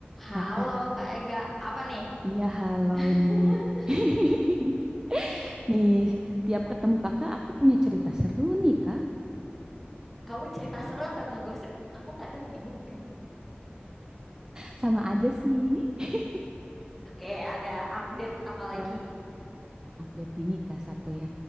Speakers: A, in the centre; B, on the right (about 20°).
A: Halo
B: Kak, kak,
A: Kak Ega, apa nih?
B: iya halo
A: <laughs>
B: nih. <laughs> Nih, tiap ketemu kakak aku punya cerita seru nih kak.
A: Kamu cerita seru atau ngegosip? Aku kadang bingung deh.
B: Sama aja sih. <laughs>
A: <laughs> Oke, ada update apa lagi?
B: Ya, update ini kak satu ya.